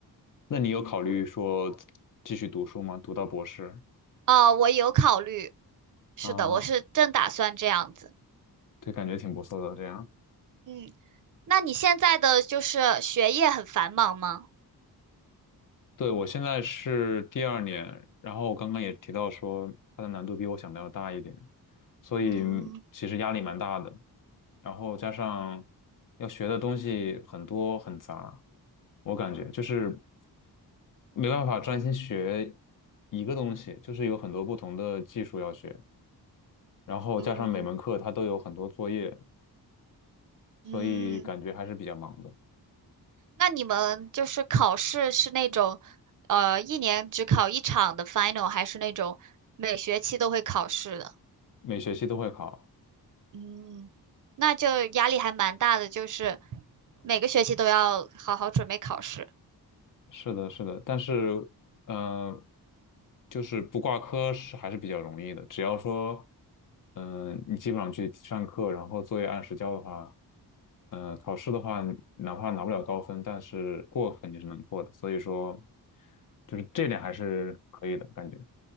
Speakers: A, on the left (about 55°); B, on the right (about 50°).
A: 那你有考虑说继续读书吗？读到博士
B: 哦，我有考虑，是的，
A: 啊，
B: 我是正打算这样子。
A: 对，感觉挺不错的这样。
B: 嗯那你现在的就是学业很繁忙吗？
A: 对，我现在是第二年，然后我刚刚也提到说它的难度比我想的要大一点，所以
B: 嗯
A: 其实压力蛮大的。然后加上要学的东西很多很杂，我感觉就是没办法专心学一个东西，就是有很多不同的技术要学，然后加上每门课它都有很多作业，
B: 嗯，
A: 所以感觉还是比较忙的，
B: 嗯，那你们就是考试是那种，呃，一年只考一场的 final，还是那种每学期都会考试的？
A: 每学期都会考。
B: 嗯，那就压力还蛮大的，就是每个学期都要好好准备考试。
A: 是的，是的，但是，呃，就是不挂科是还是比较容易的，只要说，嗯、你基本上去上课，然后作业按时交的话，嗯、考试的话，哪怕拿不了高分，但是过肯定是能过的，所以说，就是这点还是可以的感觉。